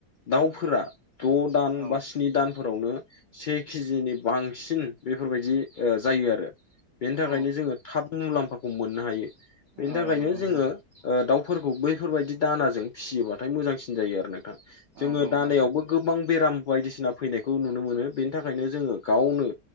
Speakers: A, on the left; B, on the right.
A: दाउफोरा द दान
B: औ
A: बा स्नि दानफोरावनो से केजिनि बांसिन बेफोरबायदि ओ जायो आरो बेनि
B: औ
A: थाखायनो जोङो थाब मुलाम्फाखौ मोननो हायो बेनि
B: औ
A: थाखायनो
B: नंगौ नोंथां
A: जोङो ओ दाउफोरखौ बैफोरबायदि दानाजों फिसियोबाथाय मोजांसिन जायो आरो नोंथां
B: औ
A: जोङो
B: औ
A: दानायावबो
B: औ
A: गोबां बेराम बायदिसिना फैनायखौ नुनो मोनो बेनि थाखायनो जोङो गावनो